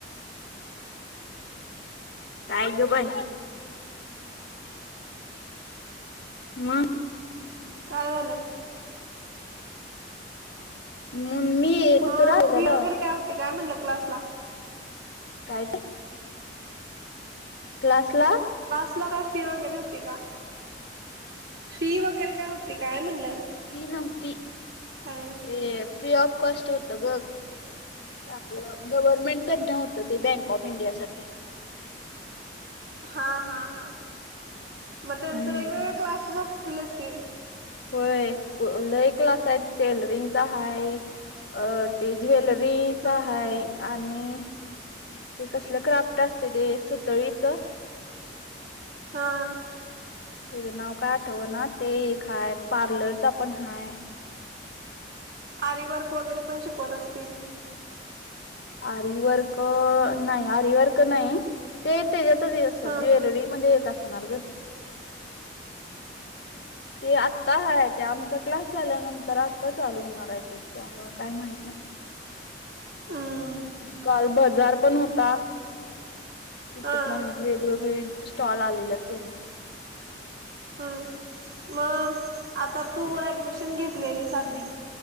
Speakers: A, on the left; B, on the right.
A: काय ग बाई? म!
B: काय झालं?
A: मम्मी कुत्रा
B: अं,
A: आलेलं
B: फी
A: ग
B: वगैरे काय होती काय म्हणलं क्लासला?
A: काय ते? क्लासला
B: ला काय फी वगैरे होती का? फी वगैरे काय होती काय म्हणलं?
A: फी नव्हती
B: हा
A: ते फ्री ऑफ कॉस्ट होत ग, आपलं गव्हर्नमेंट कडनं हुत ते बँक ऑफ इंडिया साठी. ते.
B: हा, हा, हा मग त्यांच
A: हम्म
B: वेगवेगळ क्लासेस असतीलच की?
A: होय, लय एक क्लास आहे टेलरिंगचा आहे, ज्वेल रीच
B: ह
A: हाय, आणि ते कसलं क्राफ्ट असतेय ते सुतळीच
B: हा!
A: त्याचं नाव काय आठवना ते एक हाय, पार्लरचा पण हाय.
B: आरीवर्क वगैरे पण शिकवत असतील?
A: आरीवर्क अं नाही, आरीवर्क नाही ते तेच्यातच असन,
B: ह
A: ज्वेलरी मध्ये येत असणार गं. ते आत्ता ह आहे ते आमचा क्लास झाल्यानंतर आत्ता चालू होणार आहे, ते त्यामुळं काय माहित नाई..
B: हम.
A: काल बजार पण होता, तिथ
B: हा
A: पण वेगवेगळी स्टॉल आलेला तेनच.
B: हम, मग आता तू ऍडमिशन घेतलेलीस आधी